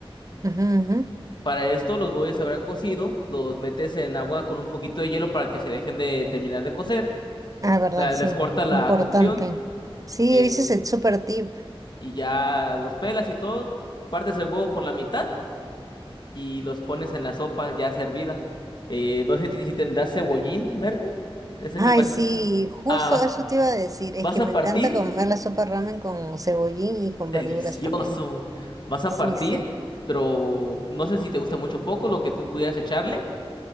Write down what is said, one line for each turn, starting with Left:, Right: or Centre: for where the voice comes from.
Right: ujú, ujú.
Left: Para esto los huevos se habrán cocido, los metes en agua con un poquito de hielo para que se dejen de terminar de cocer,
Right: Ah, verdad,
Left: o sea,
Right: sí,
Left: les corta la
Right: importante.
Left: cocción
Right: Sí,
Left: eh,
Right: ese es el super tip.
Left: y ya los pelas y todo, partes el huevo por la mitad y los pones en la sopa ya servida. Eh, no sé si tendrás cebollín verde, ese
Right: Ay,
Left: que parece...
Right: sí, justo
Left: Ah, vas,
Right: eso te iba a decir, es
Left: vas
Right: que
Left: a
Right: me
Left: partir,
Right: encanta comer la sopa ramen con cebollín y con
Left: delicioso.
Right: verduras también.
Left: Vas a
Right: Sí,
Left: partir,
Right: sí.
Left: pero no sé si te gusta mucho o poco lo que tú pudieras echarle